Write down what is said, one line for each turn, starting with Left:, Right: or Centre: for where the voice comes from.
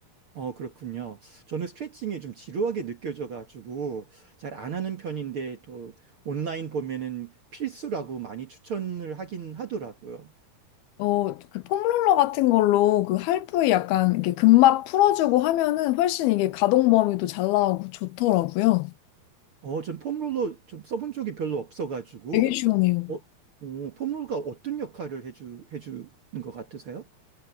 Right: 어, 그렇군요. 저는 스트레칭이 좀 지루하게 느껴져가지고 잘 안 하는 편인데 또 온라인 보면은 필수라고 많이 추천을 하긴 하더라고요.
Left: 어, 그 폼롤러 같은 걸로 그 할부에 약간 이렇게 근막 풀어주고 하면은 훨씬 이게 가동 범위도 잘 나오고 좋더라고요.
Right: 어, 전 폼롤러 좀 써본 적이 별로 없어가지고
Left: 되게 시원해요.
Right: 어, 어, 폼롤러가 어떤 역할을 해주, 해주는 것 같으세요?